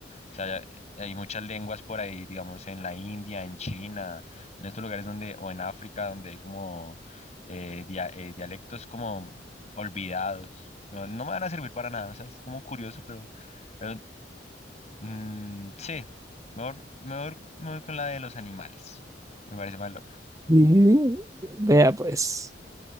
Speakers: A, on the left; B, on the right.
A: sea, ya- hay muchas lenguas por ahí, digamos, en la India, en China, en estos lugares donde, o en África, donde hay como eh, dia- eh, dialectos como olvidados. No, no me van a servir para nada, o sea, es como curioso, pero... pero Mm, sí, mejor, mejor me voy con la de los animales. Me parece más loca.
B: Y- Vea pues.